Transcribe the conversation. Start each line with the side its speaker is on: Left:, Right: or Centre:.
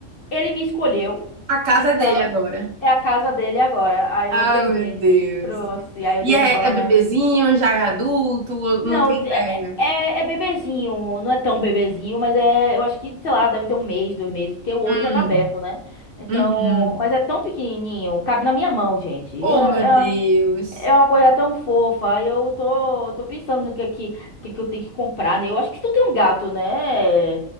Left: Ele me escolheu,
Right: A casa
Left: então
Right: é dele agora.
Left: é a casa dele agora. Aí
Right: Ai,
Left: eu peguei,
Right: meu Deus.
Left: trouxe, aí eu
Right: E
Left: dei
Right: é,
Left: um banho,
Right: é bebezinho, já é adulto?
Left: não,
Right: Não tem
Left: é,
Right: ideia.
Left: é, é bebezinho, não é tão bebezinho, mas é, eu acho que, sei lá, deve ter um mês, dois meses, porque o olho já
Right: Hum,
Left: tá aberto, né? Então,
Right: uhum.
Left: mas é tão pequenininho, cabe na minha mão, gente.
Right: Oh,
Left: É,
Right: meu Deus.
Left: é, é uma coisa tão fofa. e Eu tô, tô pensando no que, é que, que é que eu tenho que comprar, né? Eu acho que tu tem um gato, né?